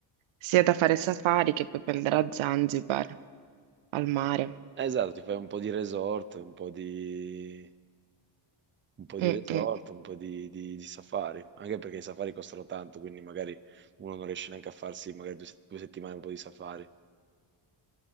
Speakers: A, on the right (about 80°); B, on the right (about 25°).
A: sia da fare safari che poi prendere a Zanzibar, al mare.
B: esatto, ti fai un po' di resort, un po' di un po'
A: Mm,
B: di resort,
A: mm.
B: un po' di, di- di safari, anche perché i safari costano tanto, quindi magari uno non riesce neanche a farsi magari due, se- due settimane un po' di safari